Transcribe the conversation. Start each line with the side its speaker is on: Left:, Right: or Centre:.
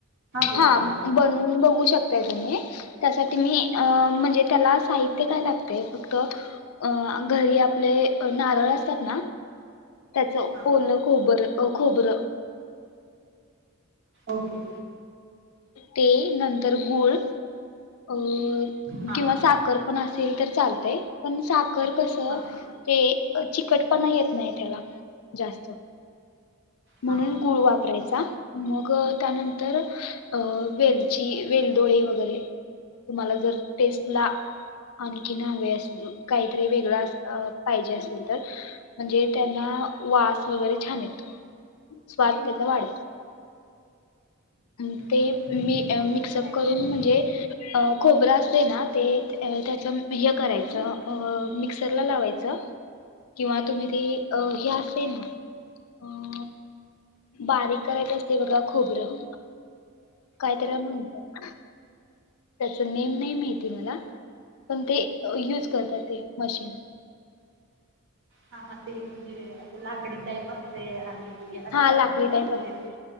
Right: बोला
Left: हा
Right: मॅम
Left: बनवून बघू शकताय तुम्ही. त्यासाठी मी अं म्हणजे त्याला साहित्य काय लागते फक्त अ घरी आपले नारळ असतात ना त्याच
Right: हा.
Left: ओल खोबर ओ खोबरं <inaudible>
Right: ओके.
Left: ते नंतर गूळ अ
Right: हा
Left: किंवा
Right: हा
Left: साखर पण अस केलं तरी चालतय पण सा कुकर कसं
Right: हा
Left: ते ते चिकटपणा येत नाही त्याला जास्त. म्हणून
Right: हा
Left: गुळ वापरायचा. <unintelligible> मग ग त्यानंतर अं वेलची, वेलदोळडे वगैरे कुनाला जर टेस्ट ला आणखीन हवे असतील काहीतरी वेगळ असं अ पाहिजे असेल तर, म्हणजे त्यांना वास वगैरे छान येतो. स्वाद त्याचा वाढतो. ह ते
Right: म्हणजे
Left: म
Right: जे मोदक
Left: मिक्सअप
Right: करायचे
Left: करून
Right: आहेत
Left: म्हणजे,
Right: ते
Left: अ खोबरं असते ना ते अ त्याच हे करायचं अ मिक्सरला लावायचं किंवा तुम्ही ते अ हे असते ना अ बारीक करायचं असते बघा खोबरं कायतरी आण <inaudible> म्हणतात त्याच नेम नाही माहिती मला, पण ते युज करतात ते मशीन.
Right: हा हा ते म्हणजे लाकडी टाईप असते आणि ते असं
Left: हा
Right: करायचं
Left: लाकडी
Right: ना
Left: टाईप
Right: म्हणजे
Left: असते ते.